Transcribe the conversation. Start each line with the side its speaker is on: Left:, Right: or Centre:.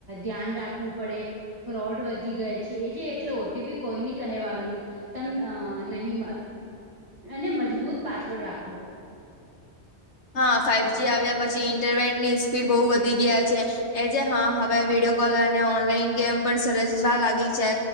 Right: ધ્યાન રાખવું પડે. ફ્રોડ વધી ગય છે એ જે એટલે ઓટીપી કોઈ નની કહેવાનું. તમે નહી અને મજબૂત પાસવર્ડ રાખલો.
Left: હા ફાાઈવ જ આવ્યા પછી ઇન્ટરનેટ ની સ્પીડ બહુ વધી ગયા છે. એજ હા હવે વિડીયો કોલ અને ઓનલાઈન ગેમ પણ સરજવા લાગી છે.